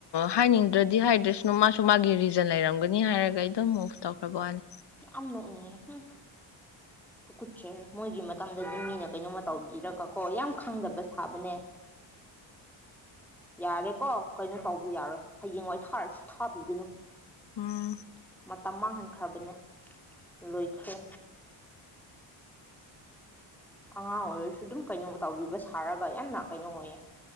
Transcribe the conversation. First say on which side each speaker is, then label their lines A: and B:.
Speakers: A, on the left; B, in the centre.
A: ꯍꯥꯏꯅꯤꯡꯗ꯭ꯔꯗꯤ ꯍꯥꯏꯗ꯭ꯔꯦꯁꯅ ꯃꯥꯁꯨ ꯃꯥꯒꯤ ꯔꯤꯖꯟ ꯂꯩꯔꯝꯒꯅꯤ ꯍꯥꯏꯔꯒ ꯑꯩ ꯑꯗꯨꯝ ꯃꯨ ꯇꯧꯈ꯭ꯔꯕ ꯋꯥꯅꯤ
B: ꯌꯥꯝ ꯅꯣꯛꯅꯤꯡꯉꯦ ꯎꯝ ꯀꯨꯀꯨꯠꯁꯦ ꯃꯣꯏꯒꯤ ꯃꯇꯝꯗꯗꯤ ꯃꯤꯅ ꯀꯩꯅꯣꯝꯃ ꯇꯧꯕꯤꯔꯒ ꯀꯣ ꯌꯥꯝ ꯈꯪꯗꯕ ꯁꯥꯕꯅꯦ ꯌꯥꯔꯦꯀꯣ ꯀꯩꯅꯣ ꯇꯧꯕ ꯌꯥꯔꯣꯏ ꯍꯌꯦꯡ ꯋꯥꯏ ꯊꯥꯔꯁꯨ ꯊꯥꯕꯤꯒꯅꯨ
A: ꯎꯝ
B: ꯇ ꯃꯥꯡꯍꯟꯈ꯭ꯔꯕꯅꯦ ꯂꯣꯏꯁ ꯑꯉꯥꯡ ꯑꯣꯏꯔꯁꯨ ꯑꯗꯨꯝ ꯀꯩꯅꯣ ꯇꯧꯕꯤꯕ ꯁꯥꯔꯒ ꯌꯥꯝꯅ ꯀꯩꯅꯣ ꯑꯣꯏꯌꯦ